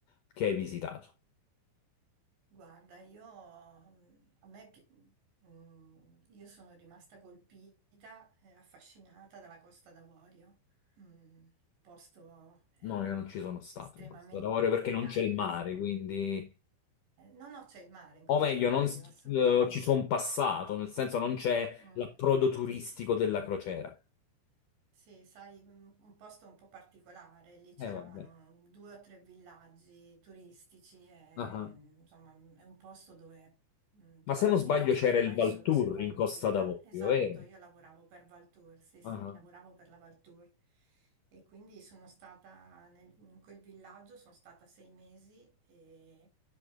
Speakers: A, on the left; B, on the right.
A: che hai visitato.
B: Guarda, io, mm, a me, pi- mm, io sono rimasta colpita e affascinata dalla Costa d'Avorio, un posto eh,
A: No, io non ci sono stato
B: estremamente
A: in questo lavoro perché non
B: caldo.
A: c'è il mare, quindi...
B: No, no, c'è il mare in Costa
A: O meglio,
B: d'Avorio,
A: non s-
B: assolutamente.
A: eh, ci sono passato, nel senso non c'è
B: Mm.
A: l'approdo turistico della crociera.
B: Sì, sai, un un posto un po' particolare, lì c'erano
A: Eh, vabbè.
B: due o tre villaggi turistici e
A: Ah.
B: insomma è un posto dove mh, probabilmente
A: Ma se non sbaglio
B: ci
A: c'era
B: vai
A: il Valturri
B: solo se vai
A: in
B: in
A: Costa
B: un villaggio.
A: d'Avorio,
B: Esatto,
A: vero?
B: io lavoravo per Valtour, sì, sì,
A: Ah.
B: lavoravo per la Valtour e quindi sono stata nel- in quel villaggio, sono stata sei mesi e-